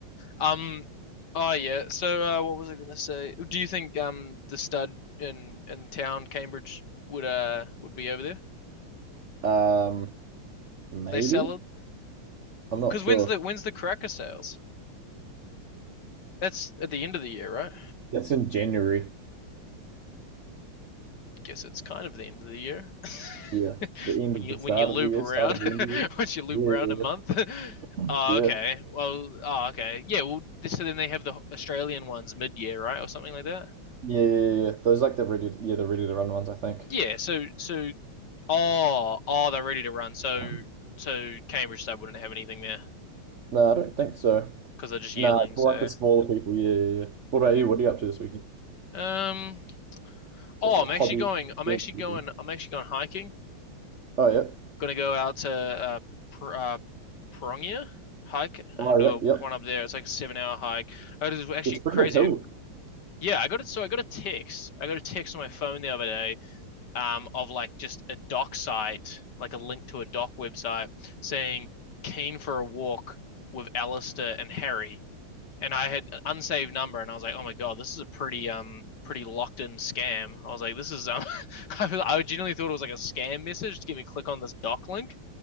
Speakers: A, on the left; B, on the right.
A: Um, oh yeah. So, uh, what was I gonna say? Do you think um, the stud in in town, Cambridge, would uh would be over there?
B: Um, maybe.
A: They sell it because
B: I'm not sure.
A: when's the when's the cracker sales? That's at the end of the year, right?
B: That's in January.
A: guess it's kind of the end of the year.
B: Yes,
A: <laughs>
B: the end
A: when
B: of
A: you
B: the
A: when
B: start
A: you loop
B: of the year,
A: around,
B: start of
A: <laughs>
B: the end of the
A: once you loop
B: year.
A: around a month.
B: Yeah,
A: <laughs>
B: yeah, yeah,
A: Oh,
B: yeah,
A: okay.
B: yeah, yeah.
A: Well, oh, okay. Yeah. Well, so then they have the Australian ones mid-year, right, or something like that.
B: yeah. yeah. Those like the ready, yeah, the ready to run ones, I think.
A: Yeah. So, so, oh, oh, they're ready to run. So,
B: Um,
A: so Cambridge Stud wouldn't have anything there
B: No, I don't think so.
A: because they're just yearlings.
B: No, it's more
A: So,
B: like the smaller people. Yeah, yeah, yeah. What about you? What are you up to this weekend?
A: um, oh,
B: What sort
A: I'm
B: of
A: actually
B: hobbies?
A: going.
B: experiences
A: I'm actually going.
B: you doing?
A: I'm actually going hiking
B: Oh, yeah.
A: gonna go out to uh, Pr- uh Prongia hike. I'm
B: Oh,
A: gonna do
B: yep,
A: a
B: yep.
A: one up there. It's like a seven hour hike. Oh, this is actually
B: It's pretty
A: crazy.
B: big hill.
A: Yeah, I got it. So I got a text. I got a text on my phone the other day, um, of like just a doc site, like a link to a doc website, saying keen for a walk with Alistair and Harry. And I had an unsaved number, and I was like, oh my god, this is a pretty um pretty locked in scam. I was like, this is um, <laughs> I, I genuinely thought it was like a scam message to get me to click on this doc link